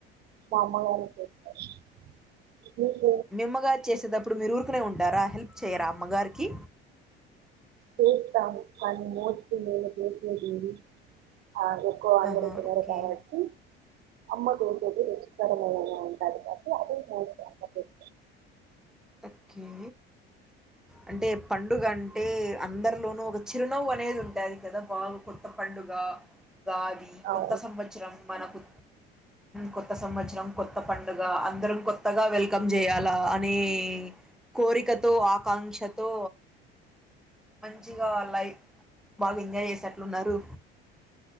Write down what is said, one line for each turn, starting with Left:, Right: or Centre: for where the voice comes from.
Right: మా అమ్మగారే చేస్తారు హ్మ్మ్
Centre: మిమ్మగారు చేసేటప్పుడు మీరు ఊరికనే ఉంటారా హెల్ప్ చేయరాా అమ్మగారికి
Right: కేసతాం పన్ని మోచ లేద కేస జంది <inaudible> ఆ ఎక్కు అందరూ
Centre: ఆహా
Right: తినరూ
Centre: ఓకే
Right: కాబట్టి అమ్మకు రెస్ట్ రమ ఉంట అది పతే అ <inaudible>
Centre: ఓకే అంటే పండుగ అంటే అందరు లో ఒక చిరునవ్వు అనేది ఉంటుంది కదా బాగా కొత్త పండుగ ఉగాది
Right: అవును
Centre: కొత్త సంవత్సరం మనకు కొత్త సంవత్సరం కొత్త పండుగ అందరం కొత్తగా వెల్కమ్ చేయాలా అని కోరిక తో ఆకాంక్షతో మంచిగా లై బాగా ఎంజాయ్ చేసేట్లున్నారు